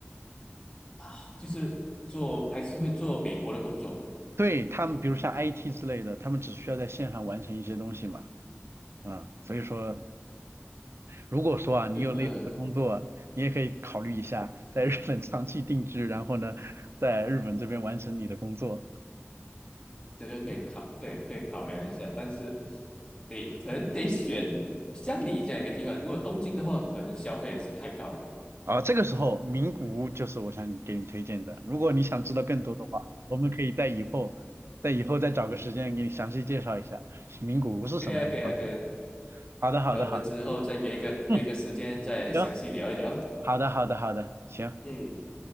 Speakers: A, on the left (about 20°); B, on the right (about 70°).
A: 啊，就是做还是会做美国的工作，
B: 对，他们比如像 IT 之类的，他们只需要在线上完成一些东西嘛，嗯，所以说如果说啊，你有类似的工作，
A: 这个
B: 你也可以考虑一下在日本长期定居，然后呢，在日本这边完成你的工作。
A: 这个可以考，对，可以考量一下，但是得可能得选乡里这样一个地方。如果东京的话，可能消费也是太高了。
B: 啊，这个时候名古屋就是我想给你推荐的。如果你想知道更多的话，我们可以在以后，在以后再找个时间给你详细介绍一下名古屋是什么样的状况。
A: 可以啊，可以啊，可以啊。
B: 好的，好的，
A: 那我们之后再约一个约一个时间，
B: 好的，嗯，
A: 再详细聊一聊。
B: 行，好的，好的，好的，行。
A: 嗯。